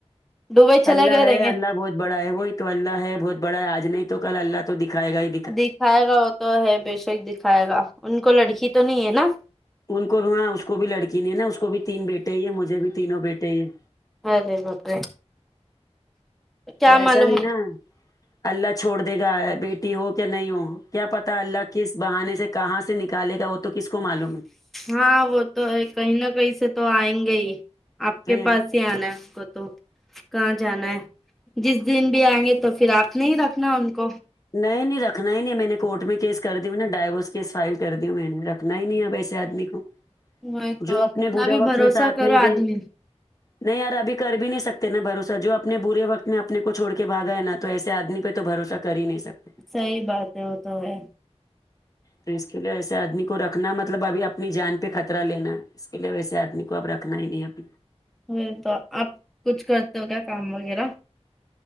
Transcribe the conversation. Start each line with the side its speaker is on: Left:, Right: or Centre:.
Centre: دبئی چلے
Left: اللہ
Centre: گئے
Left: ہے
Centre: رہیں گے
Left: اللہ بہت بڑا ہے وہی تو اللہ ہے بہت بڑا ہے آج نہیں تو کل اللہ تو دکھائے گا ہی
Centre: دکھائے گا وہ تو ہے بےشک دکھائے گا ان کو لڑکی تو نہیں ہے نا
Left: ان کو بھی ہاں اس کو بھی لڑکی نہیں نا اس کو بھی تین بیٹے ہی ہے مجھے بھی تینوں بیٹے ہیں
Centre: ارے باپرے کیا
Left: پر ایسا
Centre: معلوم
Left: نہیں نا اللہ چھوڑ دے گا بیٹی ہو کیا نہیں ہو کیا پتا اللہ کس بہانے سے کہاں سے نکالے گا تو کس کو معلوم ہے
Centre: ہاں وہ تو ہے کہیں نہ کہیں سے تو آئیں گے ہی آپ
Left: پھر
Centre: کے پاس ہی آنا ہے ان کو تو کہاں جانا ہے جس دن بھی آئیں گے تو پھر آپ نے ہی رکھنا ان کو
Left: نہیں نہیں رکھنا ہی نہیں میں نے کورٹ میں کیس کر دی ہوں نا ڈائیورس کیس فائل کر دی میں نے رکھ نا ہی نہیں اب ایسے آدمی کو
Centre: وہی تو
Left: جو اپنے
Centre: کتنا
Left: برے
Centre: بھی
Left: وقت
Centre: بھروسہ
Left: میں ساتھ
Centre: کرو
Left: نہیں
Centre: آدمی
Left: دیں نہیں یار ابھی کر بھی نہیں سکتے نا بھرسہ جو اپنے برے وقت میں اپنے کو چھوڑ کے بھگا ہے نا تو ایسے آدمی پہ تو بھروسہ کر ہی نہیں سکتے
Centre: صحیح بات ہے وہ تو ہے
Left: تو اس کے لیے ویسے آدمی کو رکھنا مطلب ابھی اپنی جان پہ خطرہ لینا اس کے لیے ویسے آدمی کو اب رکھ <unintelligible>
Centre: ہمم تو آپ کچھ کرتے ہو کیا کام وغیرہ